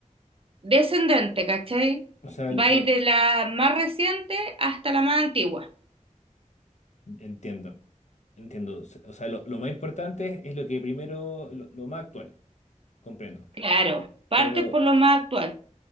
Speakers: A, on the right; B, on the left.
A: descendente, ¿cachai?
B: O sea, lo
A: Va a ir de la más reciente hasta la más antigua.
B: entiendo. Entiendo. O sea, lo, lo más importante es lo que primero, lo, lo más actual, comprendo.
A: Claro, partes
B: Pero,
A: por lo más actual.